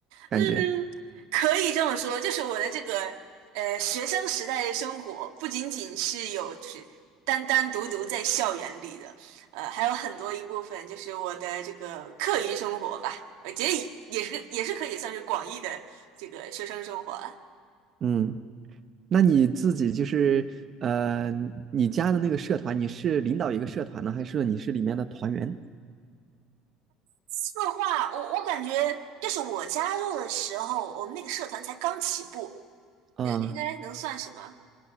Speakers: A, on the right; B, on the right.
A: 感觉。
B: 嗯，可以这么说，就是我的这个呃学生时代的生活，不仅仅是有就是单单独独在校园里的，呃，还有很多一部分就是我的这个课余生活吧，我觉得也也是也是可以算是广义的这个学生生活了。
A: 嗯，那你自己就是呃，你加的那个社团，你是领导一个社团呢，还是说你是里面的团员
B: 策划，我我感觉就是我加入的时候，我们那个社团才刚起步，
A: 啊？
B: 呃应该能算什么？